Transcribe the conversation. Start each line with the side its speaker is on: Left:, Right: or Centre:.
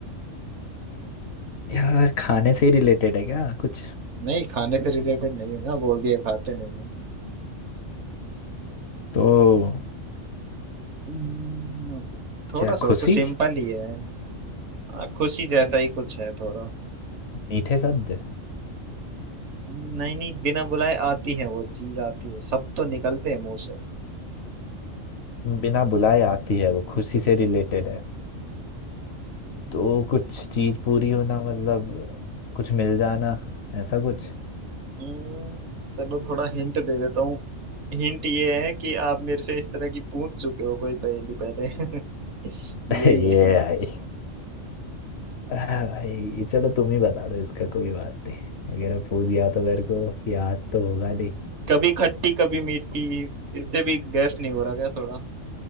Left: यार खाने से ही रिलेटेड है क्या कुछ
Right: नहीं खाने से रिलेटेड नहीं है ना बोल दिया खाते नहीं है
Left: तो
Right: हम्म, थोड़ा
Left: क्या
Right: सोचो
Left: खुशी
Right: सिंपल ही है आ, खुशी जैसा ही कुछ है थोड़ा
Left: मीठे शब्द
Right: नहीं नहीं बिना बुलाए आती है वो चीज आती है सब तो निकलते हैं मुंह से
Left: बिना बुलाए आती है वो खुशी से रिलेटेड है तो कुछ चीज पूरी होना मतलब कुछ मिल जाना ऐसा कुछ
Right: हम्म, चलो थोड़ा हिंट दे देता हूँ हिंट ये है कि आप मेरे से इस तरह की पूछ चुके हो कोई पहेली पहले <laughs>
Left: <laughs>
Right: यही
Left: ये
Right: है हिंट
Left: है। हाँ भाई चलो तुम ही बता दो इसका कोई बात नहीं अगर अब पूछ गया तो मेरे को याद तो होगा नहीं
Right: कभी खट्टी कभी मीठी इससे भी गैस नहीं हो रहा क्या थोड़ा